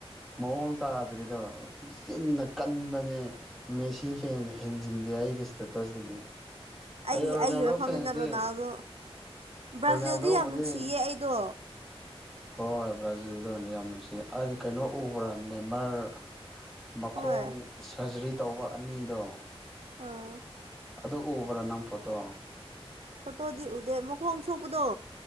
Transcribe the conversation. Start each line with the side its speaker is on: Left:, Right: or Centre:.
Centre: ꯃꯑꯣꯡ ꯇꯥꯗ꯭ꯔꯤꯗꯣ ꯆꯤꯟꯅ ꯀꯟꯕꯅꯦ ꯃꯦꯁꯤ ꯐꯦꯟꯁꯦ ꯍꯦꯟꯖꯤꯜꯂꯦ ꯑꯩꯒꯤ ꯏꯁꯇꯦꯇꯁꯇꯗꯤ
Right: ꯑꯩ
Centre: ꯑꯗꯣ ꯔꯣꯅꯥꯜꯗꯣ
Right: ꯑꯩꯒꯤ ꯃꯐꯝꯗꯅ
Centre: ꯐꯦꯟꯁꯇꯤ
Right: ꯔꯣꯅꯥꯜꯗꯣ ꯕ꯭ꯔꯥꯖꯤꯜꯗꯤ
Centre: ꯔꯣꯅꯥꯜꯗꯣꯕꯨꯗꯤ
Right: ꯌꯥꯝ ꯅꯨꯡꯁꯤꯌꯦ ꯑꯩꯗꯣ
Centre: ꯍꯣꯏ ꯕ꯭ꯔꯥꯖꯤꯜꯗꯣ ꯌꯥꯝ ꯅꯨꯡꯁꯤ ꯍꯥꯏꯗꯤ ꯀꯩꯅꯣ ꯎꯕ꯭ꯔꯥ ꯅꯦꯝꯃꯔ ꯃꯈꯣꯡ
Right: ꯍꯣꯏ
Centre: ꯁ꯭ꯔꯖꯔꯤ ꯇꯧꯕ ꯑꯅꯤꯗꯣ
Right: ꯑꯥ
Centre: ꯑꯗꯨ ꯎꯕ꯭ꯔꯥ ꯅꯪ ꯐꯣꯇꯣ
Right: ꯐꯣꯇꯣꯗꯤ ꯎꯗꯦ ꯃꯈꯣꯡ ꯁꯣꯛꯄꯗꯣ